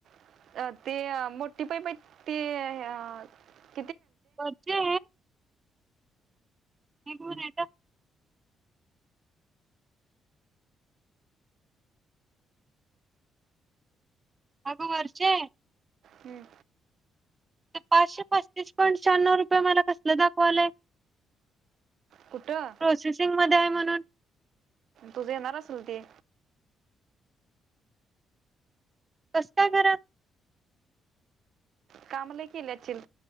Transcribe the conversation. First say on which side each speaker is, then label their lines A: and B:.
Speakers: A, on the right (about 70°); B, on the right (about 25°).
A: <unintelligible>
B: बच्चे. हे कोण आहेत. अगं वर्चे.
A: हूं!
B: पाशे पस्तीस पॉइंट श्याण्णव, रुपये मला कसले दाखवालय.
A: कुठं
B: प्रोसेसिंग मध्ये आहे म्हण. <inaudible>
A: तुझे येणार असल ते.
B: कस काय खर.
A: कामलयी केली अछील